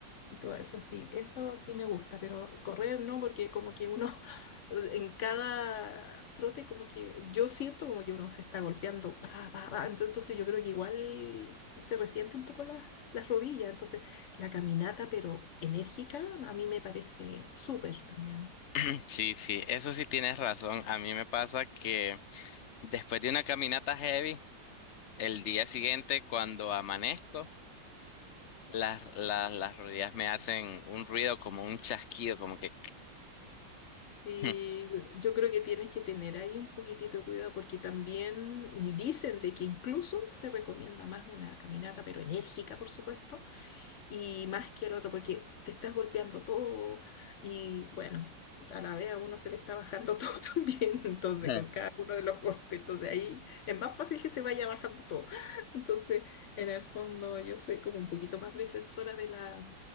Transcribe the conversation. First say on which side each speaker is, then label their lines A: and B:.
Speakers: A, on the left (about 75°); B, on the left (about 50°).
A: Y todo eso sí, eso sí me gusta, pero correr no, porque como que uno <laughs> en cada trote como que yo siento como que uno se está golpeando, pa, pa, pa, ento- entonces yo creo que igual se resiente un poco la- las rodillas, entonces la caminata pero enérgica a mí me parece súper también.
B: <clears throat> Sí, sí, eso sí tienes razón. A mí me pasa que después de una caminata heavy, el día siguiente cuando amanezco, las, las, las rodillas me hacen un ruido como un chasquido, como que...
A: Y
B: <laughs>
A: yo creo que tienes que tener ahí un poquitito de cuidado porque también, y dicen de que incluso se recomienda más una caminata, pero enérgica, por supuesto, y más que el otro, porque te estás golpeando todo y bueno, a la vez a uno se le está bajando <laughs> todo también, entonces
B: Ujú.
A: con cada uno de los golpes, entonces ahí es más fácil que se vaya bajando todo. Entonces, en el fondo yo soy como un poquito más defensora de la,